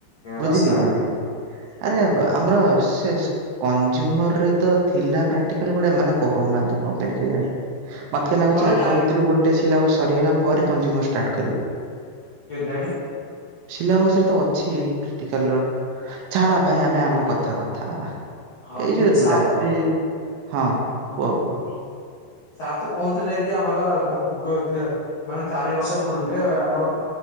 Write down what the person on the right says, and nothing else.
ବୁଝିଲି
ବୁଝିଲି
ଆରେ ଆମର ସେ କଂଜୁମରରେ ତ ଥିଲା ପ୍ରାକ୍ଟିକାଲ ବଟ୍ ଏମାନେ କରଉନାହାନ୍ତି କଣ ପାଇଁ କେଜାଣି? ମତେ ଲାଗୁଛି
ଆଙ୍କ
ଭିତରୁ ଗୋଟେ ସିଲାବସ ସରିଗଲା ପରେ କଂଜୁମର ଷ୍ଟାର୍ଟ କରିବେ।
ସିଲାବସ ରେ ତ ଅଛି ପ୍ରାକ୍ଟିକାଲ ର ଛାଡ ଭାଇ ଆମେ ଆମକୁ କଥା କଥା
ଏଇ
ଯୋଉ
ରାତ୍ରି
ହଁ କୁହ କୁହ